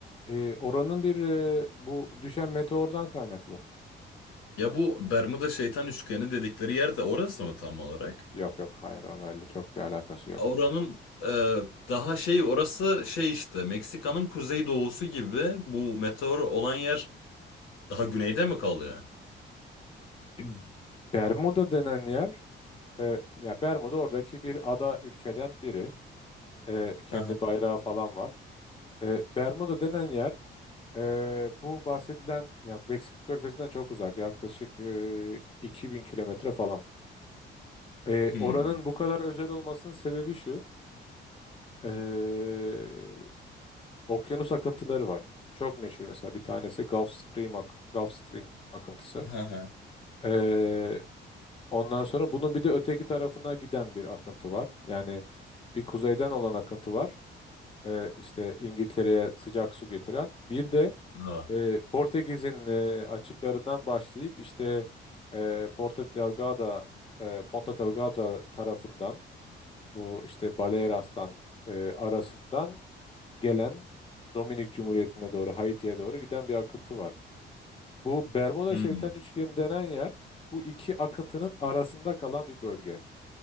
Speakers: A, on the left (about 25°); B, on the left (about 85°).
A: e, oranın bir e, bu düşen meteordan kaynaklı.
B: Ya bu Bermuda şeytan üçgeni dedikleri yer de orası mı tam olarak?
A: Yok yok hayır onlarla çok bir alakası yok.
B: Oranın e, daha şey orası şey işte Meksika'nın kuzeydoğusu gibi bu meteor olan yer daha güneyde mi kalıyor?
A: <clears throat> E, Bermuda denen yer e, ya Bermuda oradaki bir ada ülkeden biri. E, kendi
B: Aha,
A: bayrağı falan var. E, Bermuda denen yer e, bu bahsedilen ya Meksika körfezinden çok uzak yaklaşık e, 2000 kilometre falan. E,
B: Hmm.
A: oranın bu kadar özel olmasının sebebi şu. e, okyanus akıntıları var. Çok meşhur mesela bir tanesi Gulf Stream, ak- Gulf Stream akıntısı.
B: aha.
A: E, ondan sonra bunun bir de öteki tarafına giden bir akıntı var. Yani bir kuzeyden olan akıntı var. E, işte İngiltere'ye sıcak su getiren. Bir de
B: Ha.
A: e, Portekiz'in e, açıklarından başlayıp işte e, Porto Delgado, e, Ponta Delgada tarafından bu işte Baleares'tan e, arasından gelen Dominik Cumhuriyeti'ne doğru Haiti'ye doğru giden bir akıntı var. Bu Bermuda
B: Hmm.
A: Şeytan Üçgeni denen yer bu iki akıntının arasında kalan bir bölge.